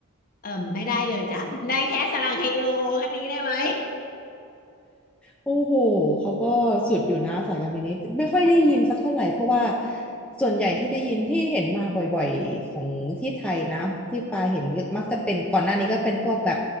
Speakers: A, on the left; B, in the centre.
A: เออไม่ได้เลยจ้ะได้แค่สรังเฮโยแค่นี้ได้ไหม
B: โอ้โห เขาก็สุดอยู่นะสายการบินนี้ไม่ค่อยได้ยินสักเท่าไหร่เพราะว่าส่วนใหญ่ที่ได้ยินที่เห็นมาบ่อยๆของที่ไทยนะที่ปาเห็นมักจะเป็นก่อนหน้านี้ก็เป็นพวกแบบ